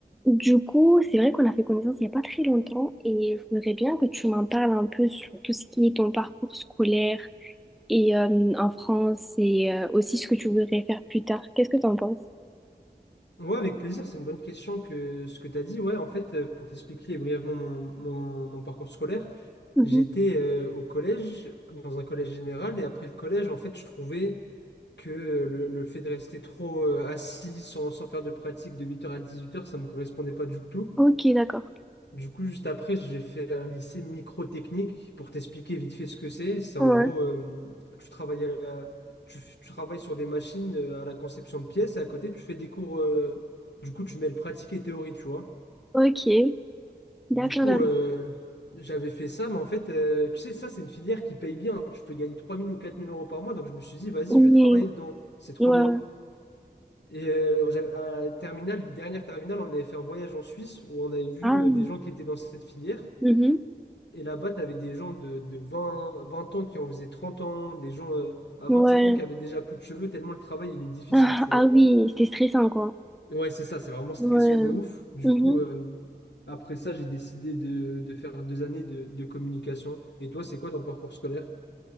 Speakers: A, in the centre; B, on the left (about 85°).
A: Du coup, c'est vrai qu'on a fait connaissance il n'y a pas très longtemps et je voudrais bien que tu m'en parles un peu sur tout ce qui est ton parcours scolaire et euh, en France et euh, aussi ce que tu voudrais faire plus tard. Qu'est-ce que tu en penses?
B: Ouais, avec plaisir, c'est une bonne question que ce que tu as dit. Ouais, en fait, euh, pour t'expliquer brièvement mon, mon- mon parcours scolaire,
A: Mhm.
B: j'étais euh, au collège, dans un collège général, et après le collège, en fait, je trouvais que euh, le, le fait de rester trop euh, assis sans, sans faire de pratique de huit heures à dix-huit heures, ça me correspondait pas du tout.
A: Ok, d'accord.
B: Du coup, juste après, j'ai fait un lycée microtechnique pour t'expliquer vite fait ce que c'est. C'est en
A: Ouais.
B: gros, euh, tu travailles à la- tu, f- tu travailles sur des machines euh, à la conception de pièces et à côté, tu fais des cours. euh, Du coup, tu mêles pratique et théorie, tu vois.
A: Ok, d'accord,
B: Du coup,
A: d'accord.
B: euh, j'avais fait ça, mais en fait, euh, tu sais, ça, c'est une filière qui paye bien. Tu peux gagner trois mille ou quatre mille euros par mois. Donc, je me suis dit, vas-y,
A: Oui,
B: je vais travailler dedans. C'est trop
A: ouais, ouais.
B: bien. Et euh, j'avais- à terminale, dernière terminale, on avait fait un voyage en Suisse où on avait vu
A: Ah.
B: euh, des gens qui étaient dans cette filière.
A: Mhm.
B: Et là-bas, tu avais des gens de, de vingt vingt ans qui en faisaient 30 ans, des gens euh, à
A: Ouais.
B: cinq ans qui avaient déjà plus de cheveux, tellement le travail, il est difficile,
A: Ah,
B: tu vois.
A: ah oui, c'est stressant, quoi.
B: Ouais, c'est ça, c'est vraiment stressant
A: Ouais.
B: de ouf. Du
A: Mhm.
B: coup, euh, après ça, j'ai décidé de, de faire deux années de, de communication. Et toi, c'est quoi ton parcours scolaire?